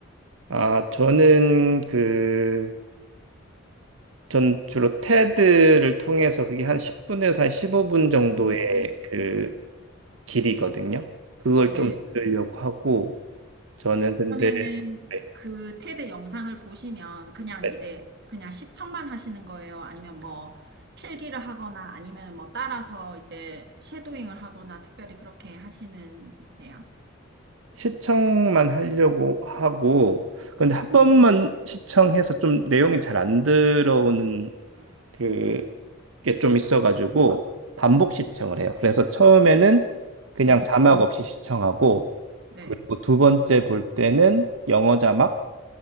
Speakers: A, on the right; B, on the right.
A: 아, 저는 그, 전 주로 테드를 통해서 그게 한 10분에서 한 15분 정도의
B: 음.
A: 그 길이거든요. 그걸
B: 네.
A: 좀 들으려고 하고, 저는 근데
B: 그러면은
A: 네,
B: 그 테드 영상을 보시면 그냥
A: 네.
B: 이제 그냥 시청만 하시는 거예요? 아니면 뭐 필기를 하거나 아니면 뭐 따라서 이제 쉐도잉을 하거나 특별히 그렇게 하시는 거세요?
A: 시청만 하려고 하고, 근데 한 번만 시청해서 좀 내용이 잘 안 들어오는 그 게 좀 있어가지고 반복 시청을 해요. 그래서 처음에는 그냥
B: 음.
A: 자막 없이 시청하고
B: 네.
A: 그리고 두 번째 볼 때는 영어 자막